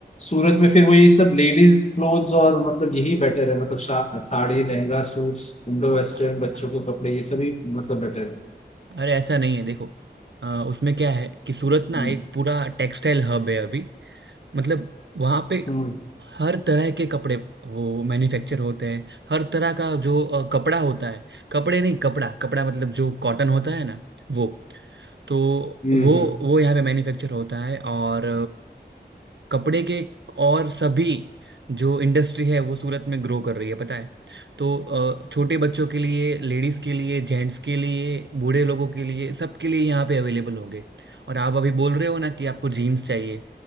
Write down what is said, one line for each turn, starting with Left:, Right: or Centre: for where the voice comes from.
Left: सूरत में फिर वही सब लेडीज क्लोथ्स और मतलब यही बेटर है मतलब शा- sari lehenga suits Indo western
Right: अ-
Left: बच्चों के कपड़े ये सभी मतलब बेटर है
Right: अरे ऐसा नहीं है देखो अ, उसमें क्या है कि सूरत ना
Left: हम्म
Right: एक पूरा टेक्सटाइल हब है अभी मतलब वहां पे
Left: हम्म
Right: हर तरह के कपड़े वो मैन्युफैक्चर होते हैं हर तरह का जो अ, कपड़ा होता है कपड़े नहीं कपड़ा कपड़ा मतलब जो कॉटन होता है ना वो तो
Left: हम्म
Right: वो
Left: हम्म
Right: वो यहाँ पे मैन्युफैक्चर होता है और कपड़े के और सभी जो इंडस्ट्री है वो सूरत में ग्रो कर रही है पता है तो अ, छोटे बच्चों के लिए लेडीज के लिए जेंट्स के लिए बूढ़े लोगों के लिए सबके लिए यहाँ पे अवेलेबल होंगे और आप अभी बोल रहे हो ना कि आपको जीन्स चाहिए